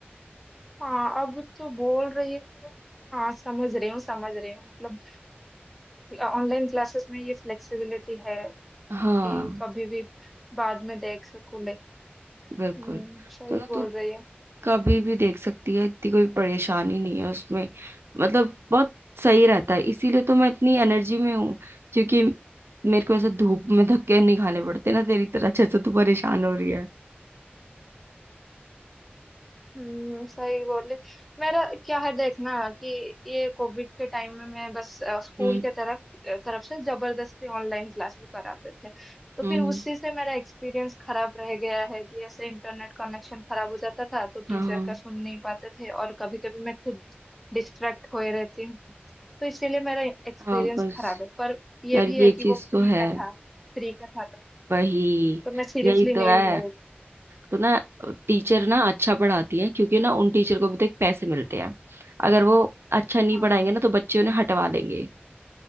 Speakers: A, in the centre; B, on the right (about 80°).
A: हाँ अब तो बोल रही है तो हाँ समझ रही हूँ समझ रही हूँ मतलब ऑनलाइन क्लासेस में ये फ्लेक्सिबिलिटी है
B: हाँ
A: कि कभी भी बाद में देख सकूँ
B: बिल्कुल
A: हम्म सही
B: तो ना
A: बोल
B: तू
A: रही है
B: कभी भी देख सकती है इतनी कोई परेशानी नहीं है उसमें मतलब बहुत सही रहता है इसीलिए तो मैं इतनी एनर्जी में हूँ क्योंकि मेरे को ऐसे धूप में धक्के नहीं खाने पड़ते ना तेरी तरह जैसे तू परेशान हो रही है
A: हम्म सही बोल रही मेरा क्या है देखना कि ये कोविड के टाइम में मैं बस अ, स्कूल
B: हम्म
A: के तरफ तरफ से जबरदस्ती ऑनलाइन क्लास वो कराते थे तो
B: हम्म
A: फिर उसी से मेरा एक्सपीरियंस खराब रह गया है कि ऐसे इंटरनेट कनेक्शन खराब हो जाता था तो टीचर
B: हाँ हाँ
A: का सुन नहीं पाते थे और कभी कभी मैं खुद डिस्ट्रैक्ट होए रहती हूँ तो इसीलिए मेरा एक्सपीरियंस
B: हाँ, बस
A: खराब है पर ये
B: यार
A: भी
B: ये
A: है कि
B: चीज
A: वो फ्री
B: तो है
A: का था फ्री का था तो,
B: वही
A: तो मैं सीरियसली
B: यही तो
A: नहीं
B: है
A: ले रही थी
B: तो ना टीचर ना अच्छा पढ़ाती है क्योंकि ना उन टीचर को भी तो एक पैसे मिलते हैं अगर वो अच्छा नहीं
A: हाँ
B: पढ़ाएंगे ना तो बच्चे उन्हें हटवा देंगे